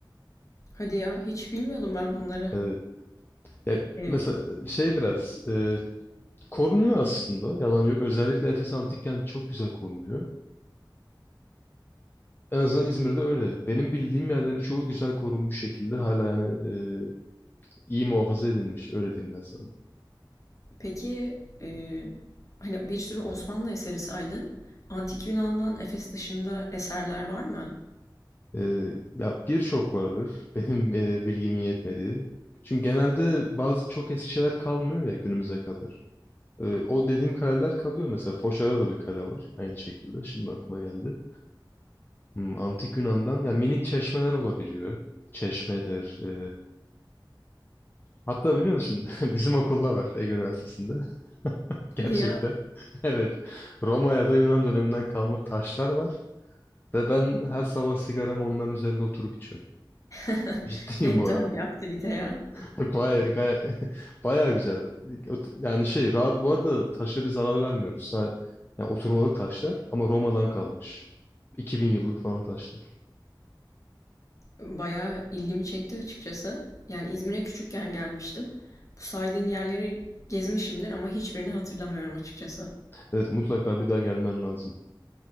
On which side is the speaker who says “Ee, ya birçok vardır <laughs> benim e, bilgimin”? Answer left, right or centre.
Left